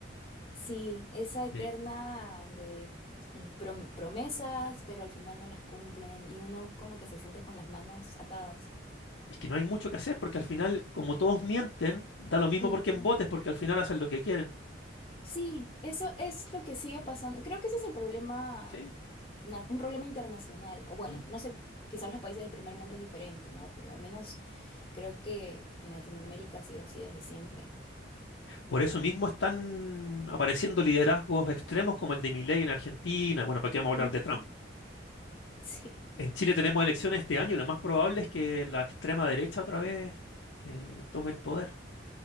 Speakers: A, on the left; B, on the left.
A: Sí, esa eterna
B: Sí.
A: de l- prom- promesas, pero al final no las cumplen y uno como que se siente con las manos atadas.
B: Es que no hay mucho que hacer, porque al final, como todos mienten, da lo mismo
A: Ujú.
B: por quién votes, porque al final hacen lo que quieren.
A: Sí, eso es lo que sigue pasando. Creo que ese es el problema,
B: Sí.
A: na- un problema internacional, o bueno,
B: Mm.
A: no sé, quizás los países del primer mundo es diferente, ¿no? Pero al menos creo que en Latinoamérica ha sido así desde siempre.
B: Por eso mismo están apareciendo liderazgos extremos como el de Milei en Argentina. Bueno, ¿para qué vamos a hablar
A: Mm.
B: de Trump?
A: <laughs> Sí.
B: En Chile tenemos elecciones este año y lo más probable es que la extrema derecha otra vez eh, tome el poder.